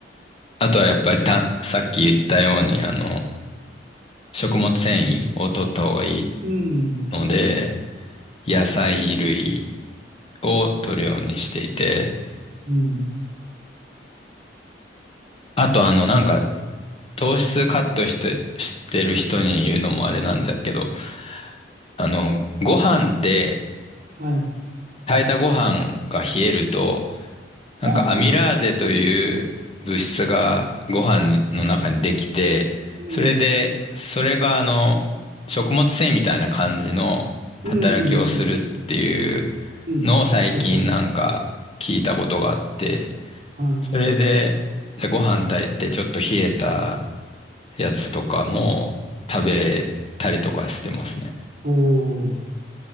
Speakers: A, on the left; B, on the right.
A: あとはやっぱりた、さっき言ったようにあの、食物繊維を取った方がいい
B: うん、
A: ので、野菜類を取るようにしていて、
B: うん。
A: あとあの、なんか糖質カットして、してる人に言うのもあれなんだけど、あの、ご飯って、
B: はい。
A: 炊いたご飯が冷えると、なんかアミラーゼという物質がご飯の中にできて、
B: ああ、うん、
A: それで、それがあの、食物繊維みたいな感じの働きをするっていう
B: うん、うん、うん。うん確かに。
A: のを最近なんか聞いたことがあって、
B: はい。
A: それで、じゃあご飯炊いてちょっと冷えたやつとかも食べたりとかしてますね。
B: おお、